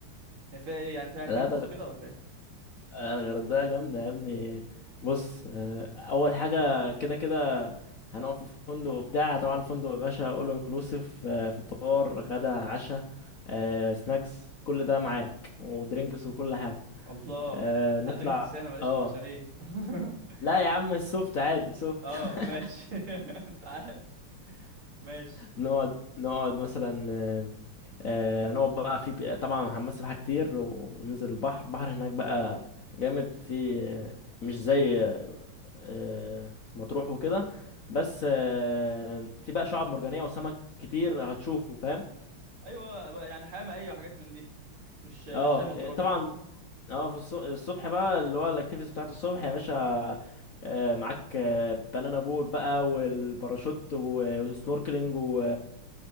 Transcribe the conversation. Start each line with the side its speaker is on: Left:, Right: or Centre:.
Right: هي فيها إيه يعني فيها أكتيفيتيز
Left: لا ده الغ-
Right: وكده ولا إيه؟
Left: الغردقه جامده يا ابني بص آه، اول حاجه كده كده هنقعد في فندق بتاع طبعا الفندق يا باشا اول انكلوسيف فطار غدا عشاء سناكس كل ده معاك ودرينكس وكل حاجه
Right: الله
Left: آه، نطلع
Right: لا درينكس أنا ماليش
Left: اه
Right: في المشاريب <laughs>
Left: لا يا عم السوفت عادي سوفت
Right: أه
Left: <laughs>
Right: ماشي <laughs> أنت عارف ماشي
Left: نقعد نقعد مثلا آه، آه، هنقعد بقى في طبعا هنمثل سباحة كتير وننزل البحر البحر هناك بقى جامد في آه، مش زي آه، آه، مطروح وكده بس آه، في بقى شعاب مرجانية وسمك كتير هتشوفه فاهم
Right: أيوه بقى يعني حياة مائية وحاجات من دي مش مش
Left: اه
Right: زي ما تروح
Left: آه، طبعا
Right: يعني
Left: اه في الص- الصبح بقى اللي هو الاكتيفيتيز بتاعت الصبح يا باشا آه، معاك آه، بنانا بوت بقى والباراشوت و- والسنوركلينج و-